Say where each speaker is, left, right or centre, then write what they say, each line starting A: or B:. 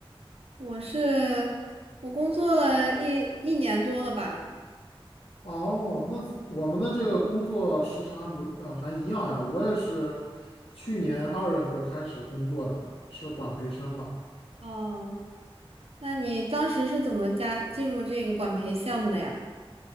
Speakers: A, on the right; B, on the left.
A: 我是我工作了一一年多了吧？
B: 哦，那我们的这个工作时长还不，呃，还一样呀。我也是去年二月份儿开始工作的，是管培生嘛。
A: 哦，那你当时是怎么加进入这个管培项目的呀？